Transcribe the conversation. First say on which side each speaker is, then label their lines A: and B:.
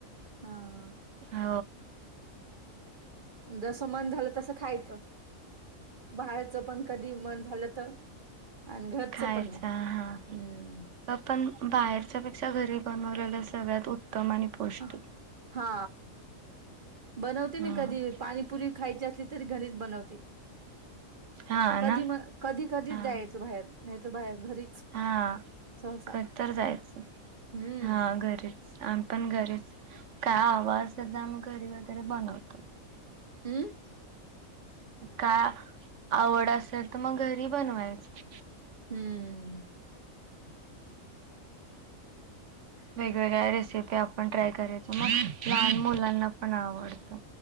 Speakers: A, on the right; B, on the right.
A: हा.
B: हा.
A: जस मन झालं तस खायचं. बाहेरचं पण कधी मन झालं तर आणि घरचं
B: खायच
A: पण मग.
B: हा.
A: हम्म
B: पण बाहेरच्या पेक्षा घरी बनवलेल सगळ्यात उत्तम आणि पौष्टिक.
A: अ- हा. बनवते
B: हम्म
A: मी कधी. पाणीपुरी खायची असली तरी घरीच बनवते.
B: हा
A: कधी
B: ना
A: मग कधी-कधी
B: हा
A: जायचं बाहेर नाहीतर बाहेर घरीच
B: हा
A: सहसा
B: कधीतरी जायचं
A: हम्म.
B: हा घरीच. आ पण घरीच.
A: हा
B: काय आवडलं तर आम्ही घरीच वगैरे बनवतो.
A: हम्म.
B: काय आवड असेल तर मग घरी बनवायचं.
A: हम्म.
B: वेगवेगळ्या रेसिपी आपण ट्राय करायचो मग लहान मुलांना पण आवडत.